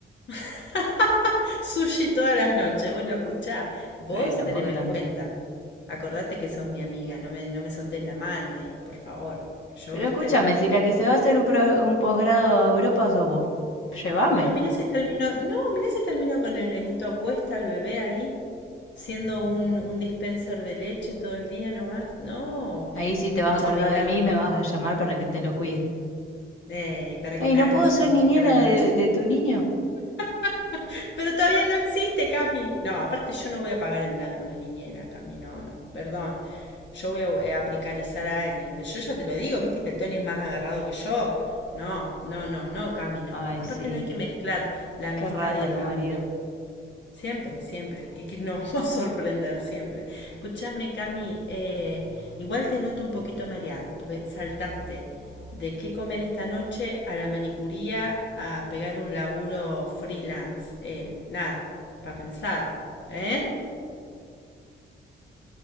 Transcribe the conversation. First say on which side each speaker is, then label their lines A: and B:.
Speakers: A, on the left; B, on the left.
A: <laughs> sushi todas las noches. Bueno, escuchá, vos
B: Eh, tampoco
A: teneme
B: tanto.
A: en cuenta. Acordate que sos mi amiga. No me, no me soltés la mano ahí, por favor. Yo,
B: Pero
A: viste.
B: escúchame, si la que se va a hacer un, pro- un posgrado a Europa sos vos, llévame.
A: Pero mirá si terminó, no, mirá si terminó con el nenito a cuesta, el bebé ahí, siendo un, un dispenser de leche todo el día nomás. No,
B: Ahí sí te
A: escúchame,
B: vas a acordar
A: Cami,
B: de mí y me vas a llamar para que te lo cuide.
A: Ey, para
B: Ey,
A: que me
B: ¿no
A: haga
B: puedo
A: la salchichita
B: ser niñera
A: a la noche.
B: de, de tu niño?
A: <laughs> Pero todavía no existe, Cami. No, aparte yo no voy a pagar en blanco una niñera, Cami, no, no, perdón. Yo voy a, eh, a precarizar a alguien, pero yo ya te lo digo, viste que el Tony es más agarrado que yo. No, no, no, no, Cami, no.
B: Ay,
A: Aparte
B: sí,
A: no hay que mezclar la amistad
B: qué rata
A: y el
B: tu
A: laburo.
B: marido.
A: Siempre, siempre, que, que nos <laughs> vamos a sorprender siempre. Escúchame, Cami, eh, igual te noto un poquito mareada, porque saltaste de qué comer esta noche a la manicuría a pegar un laburo freelance. Eh, nada, para pensar, ¿eh?